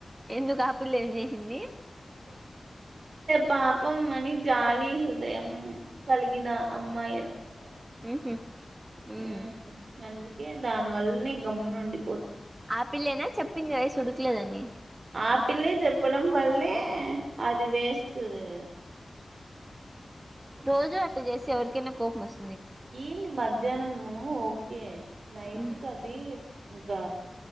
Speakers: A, on the right; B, on the right.
A: ఎందుకు ఆహ్ పిల్ల ఏం చేసింది
B: పా పం అని జాలి హృదయం కలిగిన అమ్మాయి అన్న మాట
A: <inaudible>
B: హ్మ్
A: ఉమ్
B: అంది ఏ దాని వల్లనే గమ్మునుండి
A: ఆపిల్లేనా చెప్పింది రైస్ ఉడుకులేదని
B: ఆపిల్లే చెప్పడం వల్లే అది వేస్టుది
A: రోజూ అట్ట జెస్తే ఎరికైనా కోప్మస్
B: ఏంది మర్ ధ్యాహ్నము కే నైట్కి
A: ఉమ్
B: అది ఇంకా